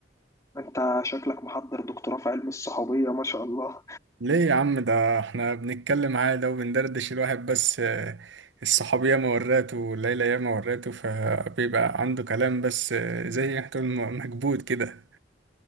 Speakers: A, on the left; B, on the right.
A: انت شكلك محضر دكتوراه في علم الصحوبية ما شاء الله
B: ليه يا عم ده إحنا بنتكلم عادي وبندردش الواحد بس آه، الصحاب ياما وراته والليلة ياما وراته فبيبقى عنده كلام بس آه، زي ما تقول مكبوت كده